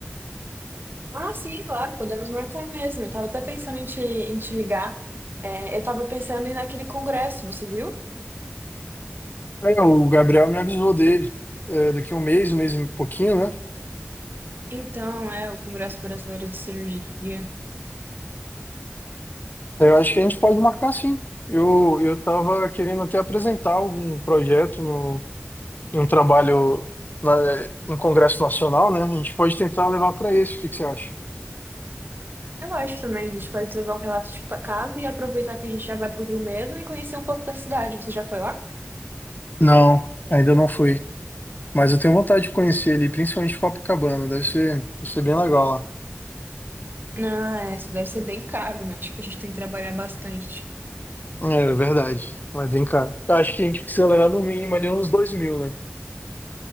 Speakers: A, on the right; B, on the left.
A: Ah, sim, claro, podemos marcar mesmo. Eu tava até pensando em te, em te ligar. É, eu tava pensando em ir naquele congresso, você viu?
B: É, o Gabriel me avisou dele, é, daqui a um mês, um mês e pouquinho, né?
A: Então, é, o Congresso Brasileiro de Cirurgia.
B: É, Eu acho que a gente pode marcar sim. Eu eu estava querendo até apresentar algum projeto no em um trabalho na, no Congresso Nacional, né? A gente pode tentar levar para esse. O que que você acha?
A: Eu acho também, a gente pode levar um relato de casa e aproveitar que a gente já vai pro Rio mesmo e conhecer um pouco da cidade. Você já foi lá?
B: Não, ainda não fui. Mas eu tenho vontade de conhecer ali, principalmente Copacabana. Deve ser, deve ser bem legal lá.
A: Ah, é, isso deve ser bem caro, né? Acho que a gente tem que trabalhar bastante.
B: É verdade, mas bem caro. Eu Acho que a gente precisa levar no mínimo ali uns dois mil, né?